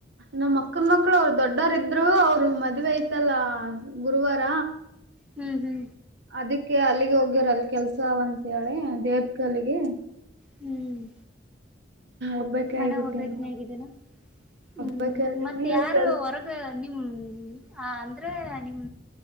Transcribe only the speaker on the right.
ನಮ್ಮ ಮಕ್ಕನ್ ಮಕ್ಕಳು ಅವ್ರರು ದೊಡ್ಡೋರ ಇದ್ರು ಅವ್ರು ಮದ್ವೆ ಐತಲ್ಲ ಗುರುವಾರ
ಅದಕ್ಕೆ ಅಲ್ಲಿಗೆ ಹೋಗ್ಯರಲ್ ಕೆಲ್ಸ ಒಂತತ್ ಹೇಳಿ ದೇವಕಲ್ಲಿಗೆ
ಒಬ್ಬಾಕಿ
ಆಗ್ಬಿಟ್ಟಿನಿ
ಒಬ್ಬಾಕಿ ಆಗೀನಿ
ಕೆಲ್ಸ